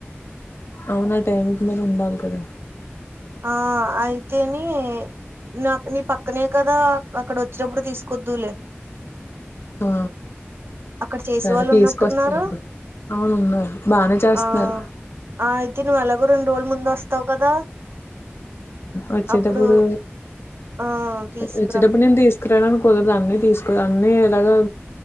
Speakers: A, on the left; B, on the right.
A: అవునా ఆ టైంకి మరి ఉండాలి కదా
B: ఆ అయితేని నాకు నీ పక్కనే కదా అక్కడ వచ్చినప్పుడు తీసుకొద్దులే
A: ఆ
B: అక్కడ చేసే
A: సరే
B: వాళ్ళు
A: తీసుకొస్త
B: ఉన్నట్టున్నారు
A: అవునున్నారు బానే చేస్తున్నారు
B: ఆ ఆ అయితే నువ్వు ఎలాగో రెండు రోజుల ముందు వస్తావు కదా
A: వచ్చేటప్పుడు
B: అప్పుడు ఆ తీసుకురా
A: వచ్చేటప్పుడు నేను తీసుకురానును కుదరదు అన్ని తీసుకో అన్ని ఎలాగ